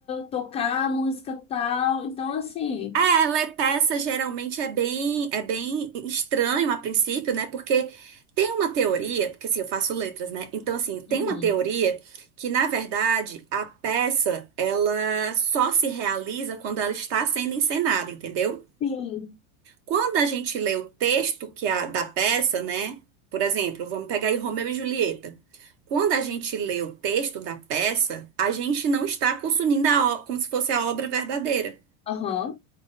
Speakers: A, on the left; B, on the right.
A: tocar música tal. Então, assim,
B: É, ler peça geralmente é bem, é bem estranho a princípio, né? Porque tem uma teoria, porque assim, eu faço letras, né? Então, assim, tem
A: Uhum.
B: uma teoria que, na verdade, a peça, ela só se realiza quando ela está sendo encenada, entendeu?
A: Sim.
B: Quando a gente lê o texto que é a, da peça, né? Por exemplo, vamos pegar aí Romeu e Julieta. Quando a gente lê o texto da peça, a gente não está consumindo a, o- como se fosse a obra verdadeira.
A: aham.